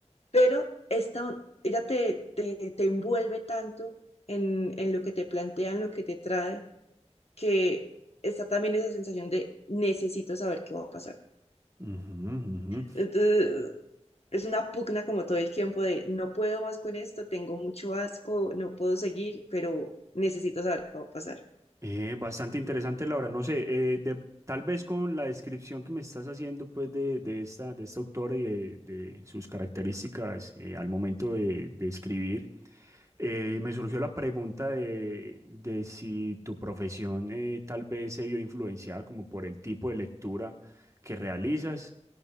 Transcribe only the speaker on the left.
pero esta, ella te, te, te envuelve tanto en, en lo que te plantea, en lo que te trae, que está también esa sensación de necesito saber qué va a pasar.
Entonces, es una pugna como todo el tiempo de no puedo más con esto, tengo mucho asco, no puedo seguir, pero necesito saber qué va a pasar.